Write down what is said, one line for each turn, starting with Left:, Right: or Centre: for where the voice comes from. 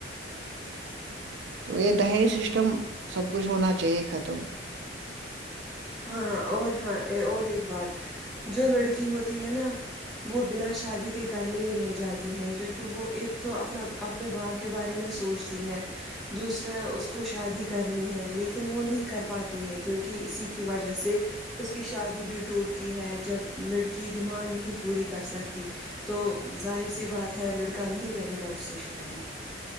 Right: تو یہ دہیز سسٹم سب کچھ ہونا چاہیے ختم
Centre: ہاں اور ہاں اور ایک بات جو لڑکی ہوتی ہے نا وہ بنا شادی کے گھر میں ہی رہ جاتی ہیں کیونکہ وہ ایک تو اپنا اپنے باپ کے بارے میں سوچتی ہے دوسرا اس کو شادی کرنی ہے لیکن وہ نہیں کر پاتی ہے کیونکہ کہ اسی کی وجہ سے اس کی شادی بھی ٹوٹتی ہے جب لڑکی ڈیمانڈ نہیں پوری کر سکتی تو ظاہر سی بات ہے لڑکا نہیں کرے گا اس سے شادی